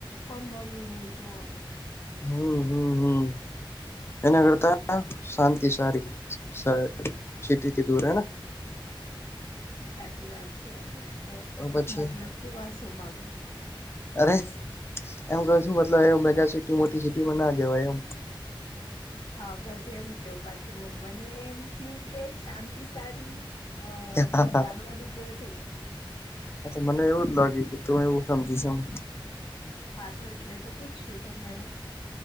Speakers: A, on the left; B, on the left.
A: કોણ મર્યું નહી જો પણ.
B: હમ્મ હમ્મ હમ્મ. એના કરતા શાંતિ સારી સારી. સિટીથી દૂર હૈ.
A: સાચી વાત છે બટ
B: પછી
A: મતલબ કેવા શું માગો?
B: અરે એમ ક શું મતલબ મેગા સિટી મોટી સિટી બ ના જવાય એમ.
A: હા બસ એમ કેયો બાકી મને એમ થયું કે શાંતિ સારી. અ મતલબ
B: હા
A: ગામડાનું કેવ છે કે
B: હા મને એવું જ લાગ્યું તું એવું સમજીશમ
A: હા તો એટલે તો પૂછશું તમને મેં.